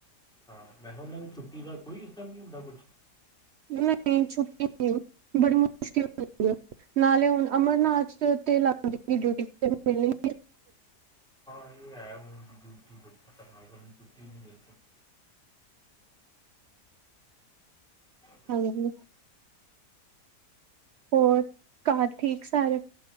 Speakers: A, in the centre; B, on the right (about 70°).
A: ਹਾਂ ਮੈਂ ਉਹਨਾਂ ਦੀ ਛੁੱਟੀ ਦਾ ਕੋਈ ਇਸ ਤਰ੍ਹਾਂ ਨਹੀਂ ਹੁੰਦਾ ਕੁਛ
B: ਨਹੀਂ ਛੁੱਟੀ ਨਹੀਂ ਬੜੀ ਮੁਸ਼ਕਿਲ ਨਾਲੇ ਹੁਣ ਅਮਰਨਾਥ ਤੇ ਤੇ ਲੱਗ ਗਈ ਡਿਊਟੀ ਤੇ ਮਿਲਣੀ
A: ਕੋਈ ਹੈ ਡਿਊਟੀ <unintelligible> ਬ
B: ਹਾਂਜੀ ਹੋਰ ਘਰ ਠੀਕ ਸਾਰੇ